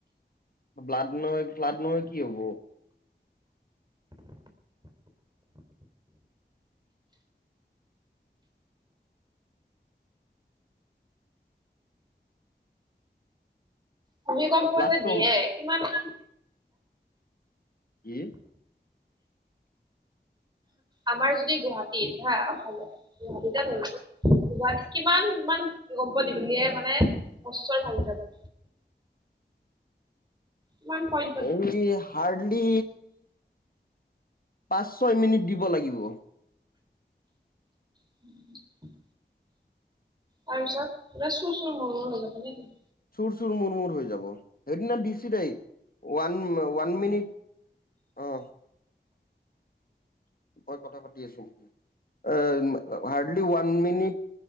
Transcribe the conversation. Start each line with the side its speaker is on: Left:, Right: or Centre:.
Left: ব্লাড নহয় ব্লাড নহয় কি হ'ব?
Right: ভূমিকম্প
Left: ফ্লাডটো
Right: যে দিয়ে কিমান মান
Left: কি?
Right: আমাৰ যদি গুৱাহাটীত হা অসমত গুৱাহাটীত ধৰিছো গুৱাহাটীত কিমান মান ভূমিকম্প দিলে মানে সহস্ৰ ভাঙি যাব। কিমান পইণ্ট
Left: এই হাৰ্ডলি পাঁচ ছয় মিনিট দিব লাগিব।
Right: <inaudible> তাৰ পিছত পোৰা চুৰ চুৰ মুৰ মুৰ হৈ যাব নেকি?
Left: চুৰ চুৰ মুৰ মুৰ হৈ যাব। সেইদিনা দিচিলেই ওৱান ওৱান মিনিট অ'। মই কথা পাতি আছোং, অ' এ hardly one minute.